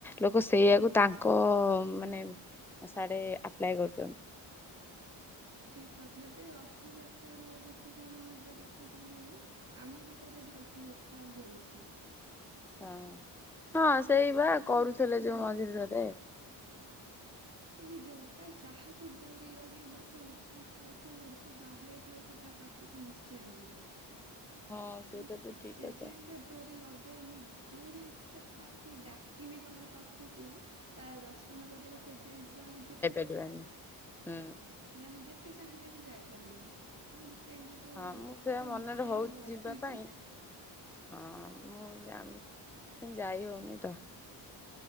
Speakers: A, in the centre; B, on the right.
A: ଲୋକ ସେଇଆକୁ
B: ହଁ।
A: ତାଙ୍କ ମାନେ ସାଡ଼େ ଆପ୍ଲାଏ କରୁଚନ୍ତି।
B: ଠିକ୍ କଥା ଏବେ ରଥଯାତ୍ରାରେ ଦେଖିଛ ନା ମୁଁ ଏବେ ଦେଖୁଥିଲି ଆମେରିକାରେ ବି ରଥଯାତ୍ରା ହଉଛି।
A: ହଁ ହଁ ସେଇବା
B: ମାନେ
A: କରୁଥିଲେ
B: ହଁ।
A: ଯୋଉ ମଝିରେ। <unintelligible>
B: ଏ ଜଗା ଯାହାକୁ ଡୋରି ଲଗେଇବ ସେ ଓଡିଶାରେ ଥାଉ କି ଓଡିଶା ବାହାରେ ଥାଉ ସେ ତା ପାଖକୁ କୁ ନିଶ୍ଚୟ ଯିବ।
A: ହଁ ସେଇଟା
B: ମାନେ
A: ତ ଠିକ୍
B: ଯେ
A: କଥା।
B: ଯାଏଁ ସେ ଡୋରି ଲଗେଇନି ଯୋଉ ଯାଏଁ ସେ ତାକୁ ଡାକିନି ତମ ପାଖକୁ ତା ଦର୍ଶନ କରିବାକୁ ସେ ଯାଏଁ ଜଣେ ଯେତେ
A: ଯାଏନି। ହୁଁ।
B: ଜଣେ ଯେତେ ଚାହିଁଲେ ବି ଯାଇପାରିବନି ମାନେ ସେମିତି ଯୋଉ
A: ହଁ ମୁଁ ସେଇଆ
B: ତାର
A: ମନେରେ
B: ମାୟା
A: ହଉଚି
B: ରଚୁଛି
A: ଯିବା ପାଇଁ ହଁ ମୁଁ <unintelligible> ଯାଇ ହଉନି ତ